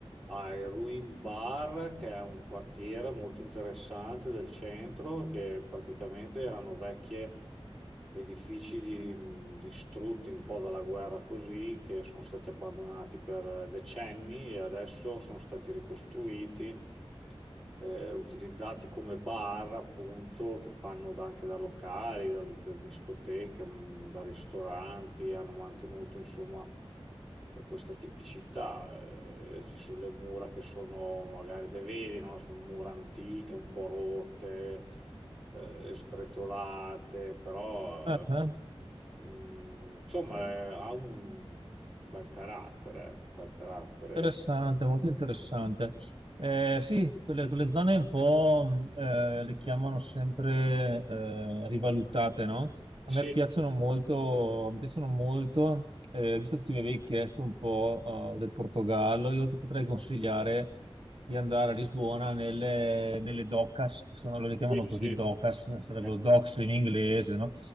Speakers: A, in the centre; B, on the right.
A: hai Ruined Bar, che è un quartiere molto interessante del centro, che praticamente erano vecchie edifici di- mh, distrutti un po' dalla guerra così, che sono stati abbandonati per decenni e adesso sono stati ricostruiti, eh, utilizzati come bar, appunto, che fanno da- anche da locali, da, da discoteche, mh, da ristoranti, hanno mantenuto, insomma questa tipicità. eh, ci sono le mura che sono, magari le vedi, no? Sono mura antiche, un po' rotte, eh, sgretolate, però
B: Ah,
A: eh,
B: ah.
A: mm, insomma eh, ha un bel carattere, eh, bel carattere.
B: Interessante, molto interessante. Eh, sì, quelle, quelle zone un po' mh, eh, le chiamano sempre eh, rivalutate, no?
A: Sì,
B: A me piacciono molto, mi piacciono molto, eh, visto che tu mi avevi chiesto un po' eh, del Portogallo, io ti potrei consigliare di andare a Lisbona nelle, nelle docas, che sono, loro le chiamano
A: sì,
B: così
A: sì.
B: docas, sarebbero
A: eh,
B: docks in inglese, no?